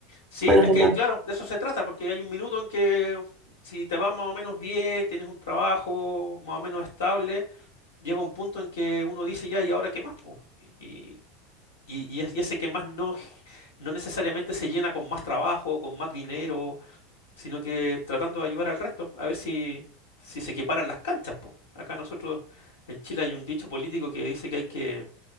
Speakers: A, on the left (about 75°); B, on the right (about 30°).
A: sí,
B: con los
A: es
B: demás.
A: que claro, de eso se trata, porque hay un minuto en que si te va más o menos bien, tienes un trabajo más o menos estable, llega un punto en que uno dice ya, ¿y ahora qué más? po?". Y, y, y es- y ese qué más no, no necesariamente se llena con más trabajo, con más dinero sino que tratando de ayudar al resto, a ver si, si se equiparan las canchas, po. Acá nosotros en Chile hay un dicho político que dice que hay que